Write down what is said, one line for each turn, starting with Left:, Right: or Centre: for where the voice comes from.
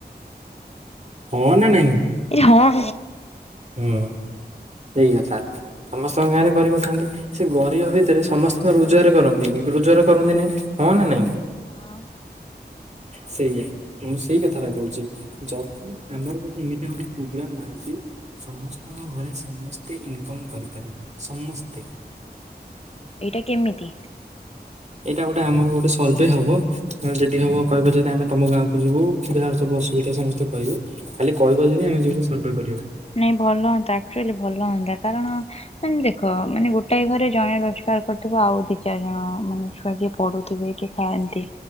Right: ହଁ ନା ନାଇଁ?
Left: ଏରେ ହଁ।
Right: ହୁଁ। ସେଇ କଥା ସମସ୍ତଙ୍କ ଗାଁରେ ଗରିବ ଥାନ୍ତି। ସେ ଗରିବ ଭିତରେ ସମସ୍ତେ କଁ ରୋଜଗାର କରନ୍ତି କି? ରୋଜଗାର କରନ୍ତି ନାଇଁ। ହଁ ନା ନାଇଁ?
Left: ଏଇଟା
Right: ସେଇଆ ମୁଁ ସେଇ କଥାଟା କହୁଛି ଯଦି ଆମର ଗୋଟେ ଏମିତି ଗୋଟେ ପ୍ରୋଗ୍ରାମ ବାହାରିଛି। ସମସ୍ତଙ୍କ ଘରେ ସମସ୍ତେ ଇନକମ୍ କରିପାରିବେ ସମସ୍ତେ।
Left: ଏଇଟା କେମିତି?
Right: ଏଇଟା ଗୋଟେ ଆମର ଗୋଟେ ସର୍ଭେ ହବ ଯଦି ହବ କହିବ ଯଦି ଆମେ ତମ ଗାଁକୁ ଯିବୁ ଯାହା ସବୁ ଅସୁବିଧା ସମସ୍ତେ କହିବେ ଖାଲି କହିବ ଯଦି ଆମେ ଯିବୁ ସର୍ଭେ କରିବାକୁ।
Left: ନାଇଁ ଭଲ ହୁଅନ୍ତା ଆକଚୁଆଲି ଭଲ ହନ୍ତା କାରଣ ମାନେ ଦେଖ ମାନେ ଗୋଟେ ଗୋଟାଏ ଘରେ ଜଣେ ରୋଜଗାର କରୁଥିବ ଆଉ ଦି ଦି ଚାରି ଜଣ ମାନେ ଛୁଆ କିଏ ପଢୁଥିବେ କି ଖାଆନ୍ତି